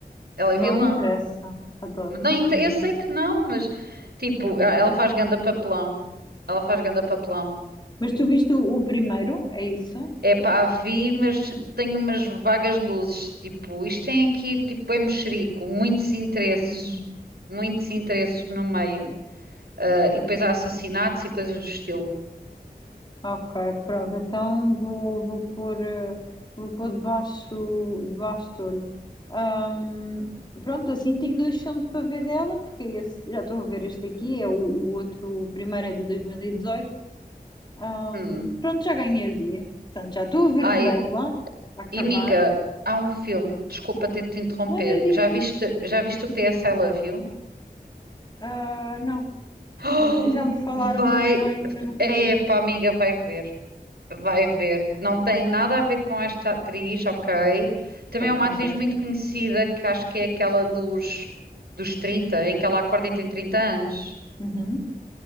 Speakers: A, on the right; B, on the left.
A: Ela
B: Não
A: é vilã.
B: interessa. Adoro,
A: Não, inte-
B: não é mesmo?
A: eu sei que não, mas tipo,
B: Eu vi.
A: ah, ela faz ganda papelão. Ela faz ganda papelão.
B: Mas tu viste o, o primeiro? É isso?
A: É pá, a vi, mas tenho umas vagas luzes. Tipo, isto tem aqui, tipo, é mexerico. Muitos interesses.
B: Hum,
A: Muitos interesses no meio. Ah, e depois há assassinatos e coisas do estilo.
B: ok, pronto. Então vou, vou pôr, eh, vou pôr debaixo, debaixo do olho. Ahm, pronto, assim tenho dois filmes para ver dela, porque esse, já estou a ver este aqui, é o, o outro, o primeiro é de 2018. Ahm,
A: Hum.
B: pronto, já ganhei o dia. Portanto, já estou a ver
A: Ai,
B: um dela, a acabar.
A: E, miga, há um filme, desculpa ter de te interromper.
B: Não, não diz.
A: Já viste, já viste o PS I Love You?
B: Ah, não.
A: <gasps> Oh,
B: Também- já me falaram
A: vai,
B: muito bem, mas nunca
A: epá,
B: vi.
A: amiga, vai ver. Vai ver.
B: Vou
A: Não
B: ver.
A: tem nada a ver com esta atriz, ok? Também
B: Pronto,
A: é uma
B: mas
A: atriz
B: é.
A: muito conhecida, que acho que é aquela dos, dos 30, em que ela acorda e tem 30 anos.
B: Uhum,